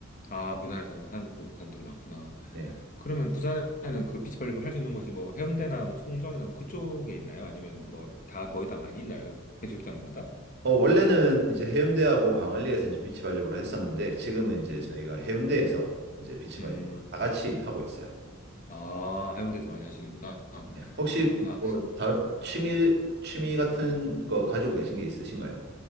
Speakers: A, on the left; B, on the right.
A: 아, 부산에서는 하는 사람들이 많구나.
B: 네.
A: 그러면 부산에는 그 비치발리볼 할 수 있는 곳이 뭐 해운대나 뭐 송정이나 뭐 그쪽에 있나요? 아니면 뭐 다 거의 다 많이 있나요? 해수욕장마다?
B: 어, 원래는 이제 해운대하고 강안리에서 이제 비치 발리볼을 했었는데 지금은 이제
A: 음,
B: 저희가 해운대에서 이제 비치
A: 음,
B: 발리볼을 다 같이 하고 있어요.
A: 아, 해운대에서 많이 하시는구나.
B: 네. 혹시
A: 그렇구나.
B: 뭐 다, 취미 취미 같은 거 가지고 계신 게 있으신가요?